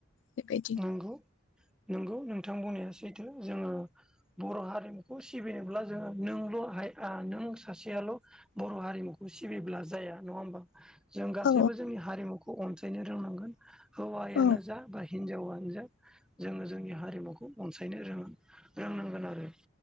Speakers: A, on the left; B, in the centre.
A: बेबायदि
B: नंगौ नंगौ नोंथां बुंनाया सैथो। जोङो बर' हारिमुखौ सिबिनोब्ला जोङो नोंल' नों सासेयाल' बर' हारिमुखौ सिबिब्ला जाया नङा होमबा। जों गासैबो
A: औ
B: जोंनि हारिमुखौ अनसायनो रोंनांगोन हौवायानो
A: औ
B: जा बा हिनजावानो जा जोङो जोंनि हारिमुखौ अनसायनो रो-रोंनांगोन आरो